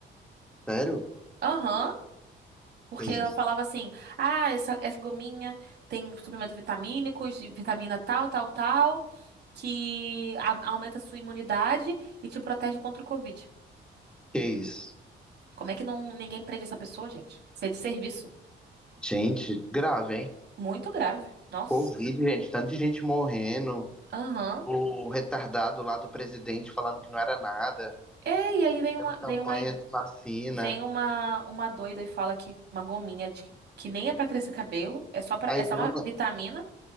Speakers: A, in the centre; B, on the right (about 60°).
A: Sério?
B: Aham. Porque
A: Que isso?
B: ela falava assim: ah, essa, essa gominha tem suplemento vitamínicos, de vitamina tal, tal, tal, que a- aumenta a sua imunidade e te protege contra o Covid.
A: Que isso?
B: Como é que não, ninguém prende essa pessoa, gente? Isso é de serviço.
A: Gente, grave, hein?
B: Muito grave. Nossa.
A: Covid, gente, tanto de gente morrendo.
B: Aham.
A: O retardado lá do presidente falando que não era nada,
B: É, e aí vem uma, vem
A: campanha
B: uma,
A: de vacina.
B: vem uma, uma doida e fala que uma gominha de- que nem é pra crescer cabelo, é só pra,
A: Aí
B: é só
A: vem
B: uma
A: uma,
B: vitamina,